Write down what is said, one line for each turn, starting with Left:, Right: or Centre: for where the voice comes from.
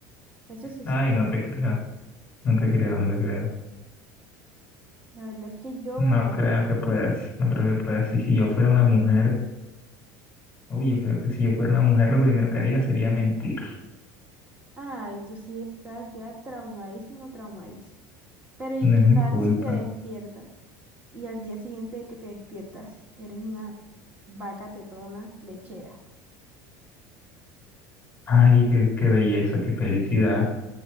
Right: Eso se
Left: Ay,
Right: sabe.
Left: no te creo, no te creo, no te creo.
Right: La verdad es que yo
Left: No
Right: ganaría.
Left: creo que puedas, no creo que puedas. Y si yo fuera una mujer, uy, yo creo que si yo fuera una mujer, lo primero que haría sería mentir.
Right: Ay, tú sí estás ya traumadísimo, traumadísimo. Pero ¿y
Left: No
Right: qué
Left: es mi
Right: tal
Left: culpa.
Right: si te despiertas y al día siguiente de que te despiertas eres una vaca tetona lechera?
Left: Ay, qué, qué belleza, qué felicidad.